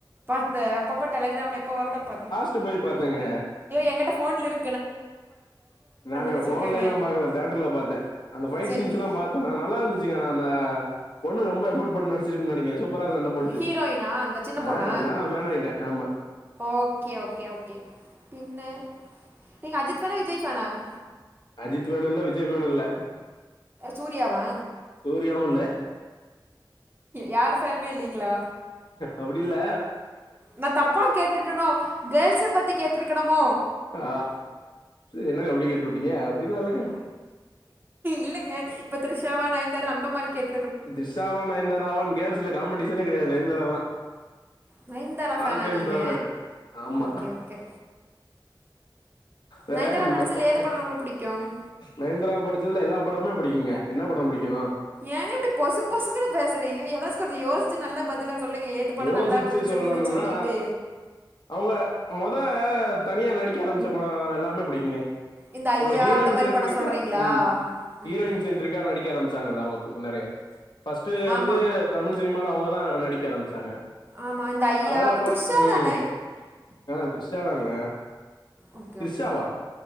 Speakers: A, on the right; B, on the left.
A: த அப்பப்ப டெலகிராம்ல எப்போ வருதோ அப் பாத்துரு
B: ட்டு போய் பாத்தங்க
A: எங்கட்ட ஃபோன்லிரு
B: நாங்க
A: வச்சிருக்கேங்க
B: போன்லேல்லா பாக்கல தியேட்டர்ல பாத்தே அந்த பைட்
A: சரிங்க
B: சீன்ஸ்ல்லா பாத்தனா நல்லாருந்துச்சுங்க ஆனா அந்த பொண்ணு ரொம்ப எபோர்ட் போட்டு நடிச்சிருக்குன் நெனக்க சூ ப்பரா சண்டை போட்டுச்சி
A: ஹீரோயினா அந்த சின்ன
B: ஆ
A: பொண்ணா
B: நானா பேனாயிட்டே ஆமா
A: ஓகே ஓகே ஓகே பின்ன நீங்க அஜித் பேனா விஜய் பேனாங்க
B: அஜித் ஃபேனு இல்ல விஜய் பேனில்ல
A: சூர்யா வா
B: சூர்யாவு இல்ல
A: யார் பேனுமே இல்லிங்களா
B: அப்டில்ல
A: நா தப்பா கேட்டுட்டேனோ கேள்ஸ் பத்தி கேட்டிருக்கணுமோ
B: ஆ என்னங்க இப்டி கேட்டுபோட்டீங்க அப்டிலா இல்லைங்க
A: இல்லேங்க இப்ப திரிஷாவா நயன்தாரா அந்தமாரி கேட்
B: திரிஷாவா நயந்தாரவா கேள்ஸ்ல காம்படிஷனே கெடயாது நயந்தார தா
A: நயந்தாரா
B: ஆல்
A: பேனா
B: டைம்
A: நீங்க
B: ஃபேவரட் ஆமா
A: ஓகே ஓகே
B: வேற
A: நயன்தாரா
B: யாரும் இல்ல
A: நடிச்சதுல
B: அ
A: ஏது படோ உங்களுக்கு புடிக்கு
B: நயந்திரா படிச்சதுல எல்லா படமே பிடிக்குங்க என்னா பட பிடிக்கணு
A: ஏங்க இப்டி பொசுக் பொசுக்குன்னு பேசுறீங்க எதாச்சு கொஞ்ச யோசிச்சு நல்ல பதில் ல்லா சொல்லுங்க ஏது பட
B: யோசிச்சு
A: நல்லா புடிச்சிருந்ததுனு
B: சொல்லணும்னா
A: சொல்லிட்டு
B: அவங்க மொத தனியா நடிக்க ஆரம்பிச்ச பட எல்லாமே பிடிக்குங்க
A: இந்த ஐயா
B: ஒரு ஹீரோயின்ஸ்
A: அந்த மாரி
B: என்ட்ரிக்கா
A: படம் சொல்றீங்களா
B: ம்
A: ம்
B: ஹீரோயின்ஸ்
A: ம்
B: என்றிக்கா நடிக்க ஆரம்பச்ச <unintelligible> அவங்க நெறைய பஸ்ட்டு வந்து
A: ஆமா
B: தமிழ் சினிமால அவங்க தா நடிக்க ஆரம்பிச்சாங்க
A: ஆமா இந்த ஐயா
B: அதுல பாத்
A: த்ரிஷாதானே
B: ம் ஆ த்ரிஷாதாங்க
A: ஓகே
B: த்ரிஷாவா
A: ஓகே